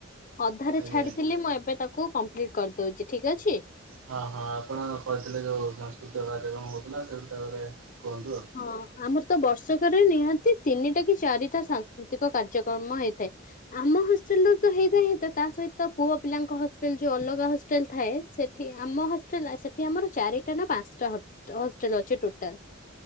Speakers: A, on the left (about 40°); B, on the right (about 85°).
A: ଅଧାରେ
B: ଆଜ୍ଞା
A: ଛାଡିଥିଲି
B: ଆଜ୍ଞା।
A: ମୁଁ ଏବେ ତାକୁ ୟାକୁ କମ୍ପ୍ଲିଟ କରିଦଉଛି ଠିକ ଅଛି।
B: ହଁ ହଁ ଆପଣ କହିଥିଲେ ଯେଉଁ ସାଂସ୍କୃତିକ କାର୍ଯ୍ୟକ୍ରମ ହେଉଥିଲା ସେ ଭଷାବରେ କୁହନ୍ତୁ ଆଉ।
A: ହଁ ଆମର ତ ବର୍ଷକରେ ନିହାତି ତିନିଟା କି ଚାରିଟା ସାଂସ୍କୃତିକ କାର୍ଯ୍ୟକ୍ରମ ହେଇଥାଏ ଆମ ହଷ୍ଟେଲ ର ତ ହେଇଥାଏ ତ ତା ସହିତ ପୁଅ ପିଲାଙ୍କ ହଷ୍ଟେଲ ଯୋଉ ଅଲଗା ହଷ୍ଟେଲ ଥାଏ ଆମ ହଷ୍ଟେଲ ସେଠି ଆମର ଚାରିଟା ନା ପାଞ୍ଚଟା ହଷ୍ଟେଲ ଅଛି ଟୋଟାଲ।